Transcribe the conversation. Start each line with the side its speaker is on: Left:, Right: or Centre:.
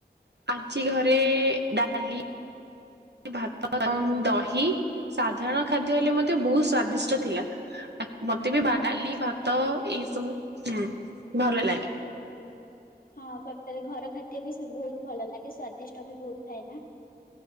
Right: ଆଜି ଘରେ ଡାଲି ଭାତ ଏବଂ ଦହି ସାଧାରଣ ଖାଦ୍ୟ ହେଲେ ମଧ୍ୟ ବହୁତ ସ୍ଵାଦିଷ୍ଟ ଥିଲା। ମତେ ବି ଭା ଡାଲି,
Left: ହଁ ସତରେ
Right: ଭାତ ଏଇ ସବୁ ହୁଁ ଭଲ ଲାଗେ।
Left: ହଁ ସତେରେ ଘର ଖାଦ୍ୟ ବି ସେ ବହୁତ ଭଲ ଲାଗେ ସ୍ଵାଦିଷ୍ଟ ବି ବହୁତ ଥାଏ ନା!